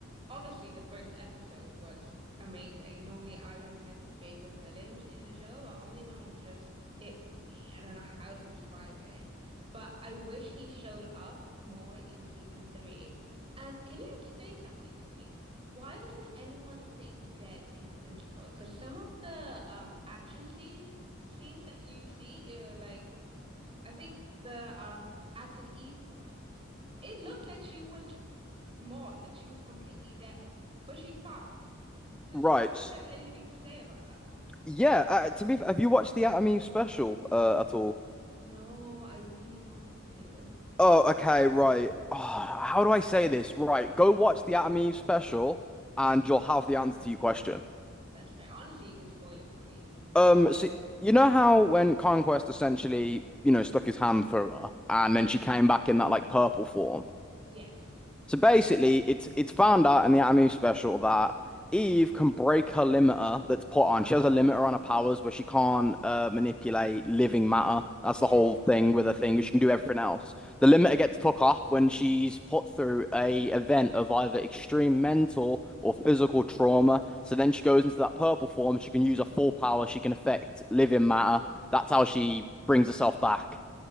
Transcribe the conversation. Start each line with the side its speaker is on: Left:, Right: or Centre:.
Right: Obviously, the first episode was amazing. And normally, I don't tend to favor villains in a show, but Omni-Man was just it for me. I don't know how to describe it, but I wish he showed up more in season three. And can you explain something to me? Why doesn't anyone stay dead in Invincible? Because some of the um action scene scenes that you see are like. I think the um Atom Eve one, it looked like she was mauled, like she was completely dead, but she's fine. Does
Centre: Right.
Right: the comics
Centre: s-
Right: have anything to say about that?
Centre: Yeah. Uh, to be, f- have you watched the Anatomy special uh, at all?
Right: No, I really wanted to.
Centre: Oh, okay, right. Oh, how do I say this? Right, go watch the Adam and Eve special and you'll have the answer to your question.
Right: That's fair. Honestly, you can spoil it for me. I'm
Centre: Um,
Right: not a
Centre: so
Right: big.
Centre: you know how when Conquest essentially, you know, stuck his hand through her and
Right: Yeah.
Centre: then she came back in that like purple form?
Right: Yes.
Centre: So basically, it's it's found out in the Anatomy of Special that Eve can break her limiter that's put on. She has a limiter on her powers where she can't uh, manipulate living matter. That's
Right: Yes.
Centre: the whole thing with her thing. She can do everything else. The limiter gets took off when she's put through a event of either extreme mental or physical trauma. So then she goes into that purple form. She can use her full power. She can affect living matter. That's how she brings herself back.